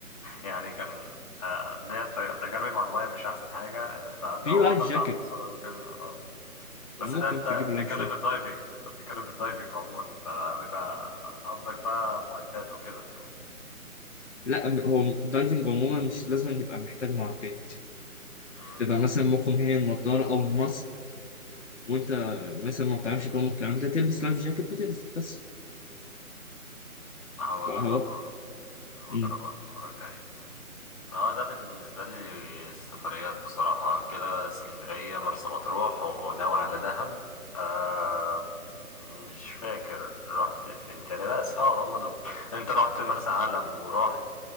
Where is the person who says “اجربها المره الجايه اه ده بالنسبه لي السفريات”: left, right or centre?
Left